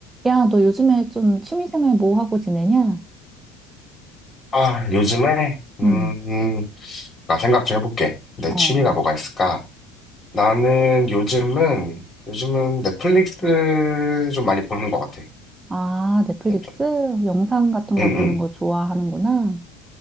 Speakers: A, on the right; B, on the left.
A: 야, 너 요즘에 좀 취미생활 뭐 하고 지내냐?
B: 아, 요즘에? 음,
A: 응,
B: 나 생각 좀 해볼게. 내
A: 어.
B: 취미가 뭐가 있을까? 나는 요즘은, 요즘은 넷플릭스 좀 많이 보는 것 같아.
A: 아, 넷플릭스?
B: 넷플,
A: 영상 같은
B: 응,
A: 거 보는
B: 응,
A: 거 좋아하는구나.